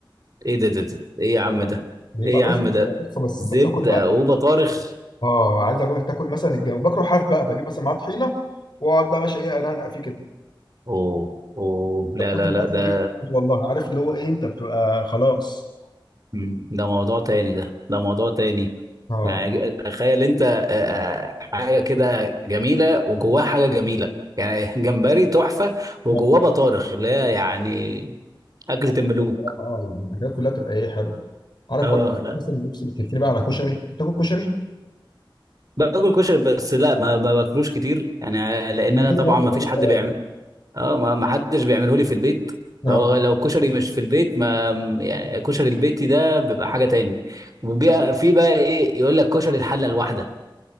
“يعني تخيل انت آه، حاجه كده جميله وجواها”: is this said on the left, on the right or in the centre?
Right